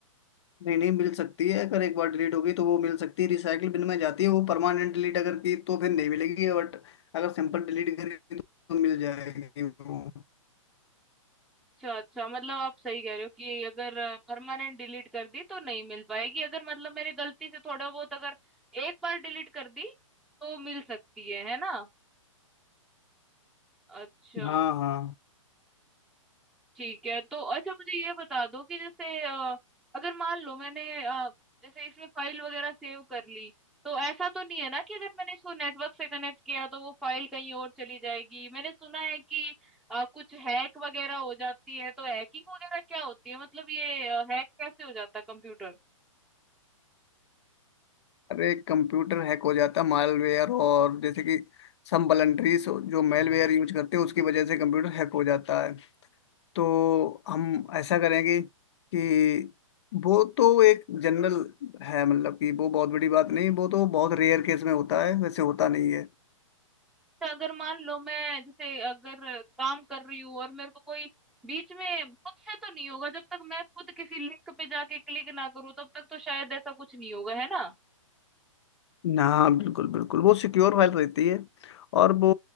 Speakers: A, on the left; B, in the centre.
A: नहीं नहीं मिल सकती है अगर एक बार डिलीट हो गई तो वो मिल सकती है रिसाइकिल बिन में जाती है वो परमानेंट डिलीट अगर की तो फिर नहीं मिलेगी बट अगर सिंपल डिलीट करेगी तो मिल जाएगी वो
B: अच्छा अच्छा मतलब आप सही कह रहे हो कि अगर परमानेंट डिलीट कर दी तो नहीं मिल पाएगी अगर मतलब मेरे गलती से थोड़ा बहुत अगर एक बार डिलीट कर दी तो मिल सकती है है ना अच्छा
A: हाँ हाँ
B: ठीक है तो अच्छा मुझे ये बता दो कि जैसे अ, अगर मान लो मैंने अ, जैसे इसमें फाइल वगैरह सेव कर ली तो ऐसा तो नहीं है ना कि अगर मैंने इसको नेटवर्क से कनेक्ट किया तो वो फाइल कहीं और चली जाएगी मैंने सुना है कि अ, कुछ हैक वगैरह हो जाती है तो हैकिंग वगैरह क्या होती है मतलब ये हैक कैसे हो जाता है कंप्यूटर
A: अरे कंप्यूटर हैक हो जाता मालवेयर और जैसे कि सम वलनटरीज जो मेलवेयर यूज करते हैं उसकी वजह से कंप्यूटर हैक हो जाता है तो हम ऐसा करेंगे कि वो तो एक जनरल है मतलब कि वो बहुत बड़ी बात नहीं वो तो बहुत रेयर केस में होता है वैसे होता नहीं है
B: तो अगर मान लो मैं जैसे अगर काम कर रही हूँ और मेरे को कोई बीच में खुद से तो नहीं होगा जब तक मैं खुद किसी लिंक पे जाके क्लिक ना करूँ तब तक तो शायद ऐसा कुछ नहीं होगा है ना
A: ना बिल्कुल बिल्कुल वो सिक्योर फाइल रहती है और वो